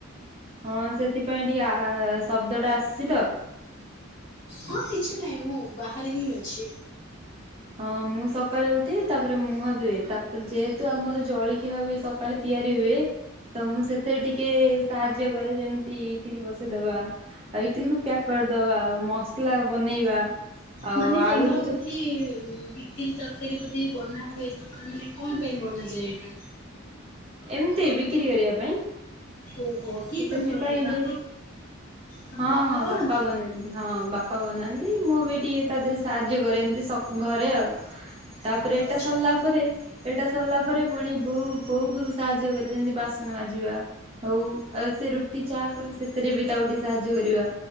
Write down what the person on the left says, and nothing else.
ହଁ କିଛି ନାହିଁ ମୁଁ ବାହାରେ ହିଁ ଅଛି।
ମାନେ ତମର
ବୋଧେ
ଉଁ ଇ ଇଟିଲି ତରକାରୀ ବୋଧେ ବନା ହୁଏ ସଖାଳେ ମାନେ କଣ ପାଇଁ ବନାଯାଏ ଏଟା?
ଓହୋ। କିଏ
ତମର ମାନେ ବାପା
ତମ
କରନ୍ତି?
ଓ
ଆଚ୍ଛା